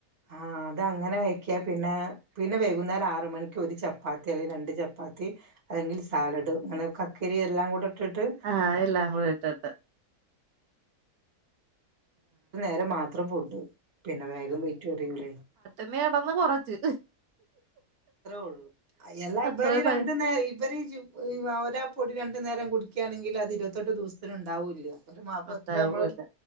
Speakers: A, on the right; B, on the right.
A: ആ അത് അങ്ങനെ കഴിക്കാ പിന്നെ പിന്നെ വൈകുന്നേരം ആറ് മണിക്ക് ഒരു ചപ്പാത്തി അല്ലെങ്കിൽ രണ്ട് ചപ്പാത്തി അല്ലെങ്കിൽ സാലഡ് അങ്ങനെ കക്കരി എല്ലാം കൂടെ ഇട്ടിട്ട്
B: ആഎല്ലാം കൂടി ഇട്ട്ട്ട്
A: നേരം മാണം അത്ര പൊട്ട് പിന്നെ വേഗം വെറ്റ്റിയൂലേ
B: അമ്മേ അതൊന്ന് കൊറച്ച്
A: ത്രയുള്ളൂ അയ് എല്ലാ
B: അത്രേ
A: ഇവർ
B: പ
A: രണ്ട് നേ ഇവര് ജു ആ ഒരാ പൊടി രണ്ട് നേരം കുടിക്കാണെങ്കിൽ അത് ഇരുപത്തെട്ട് ദിവസത്തിന് ണ്ടാവൂല്ല ഒരു മാപ്പ്
B: ഉണ്ടാവൂല
A: എത്ര നമ്മള്